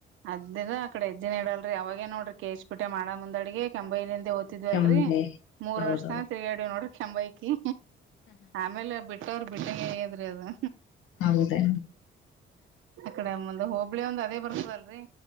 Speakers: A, on the right; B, on the left.
A: ಅದ್ದ ಅಕಡೆ ಎಜ್ಜಿನ ಇ ಹೇಳಡಲ್ರಿ ಅವಾಗೇ ನೋಡ್ರಿ ಕೇಶ್ ಪೀಟೆ ಮಾಡ ಮುಂದ್ಡಗೆ ಕಂಬೈಿಂದ ಓ್ತಿದ್ವಲ್ರರಿ
B: ಕೆಂಬೆ
A: ಮೂರ್
B: ಹೌದೌದು
A: ವರ್ಷ ತಾನ ತಿರುಗಾಡ ನೋಡ್ರಿ ಕೆಂಬೈಕಿ ಆಮೇಲೆ ಬಿಟ್ಟೋರ್ ಬಿಟ್ಟಂಗ ಹೇಗಿದ್ರಿ ಅದು
B: ಹೌದೇ
A: ಅಕಡೆ ಮುಂದ ಹೋಬಳಿ ಒಂದ್ ಅದೇ ಬರ್ತದಲ್ರರಿ